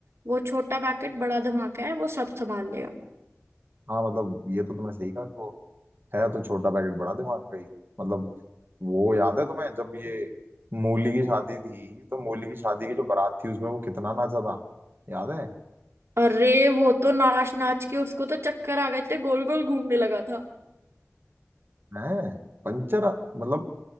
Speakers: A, on the right (about 60°); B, on the right (about 45°).
A: वो छोटा पैकेट बड़ा धमाका है वो सब संभाल लेगा
B: हाँ मतलब ये तो तुमने सही कहा कि वो है तो छोटा पैकेट बड़ा दिमाग का ही मतलब वो याद है तुम्हें जब ये मूली की शादी थी तो मूली की शादी की जो बारात थी उसमें वो कितना नाचा था याद है
A: अरे वो तो नाच नाच के उसको तो चक्कर आ गए थे गोल गोल घूमने लगा था
B: हैं पंचर मतलब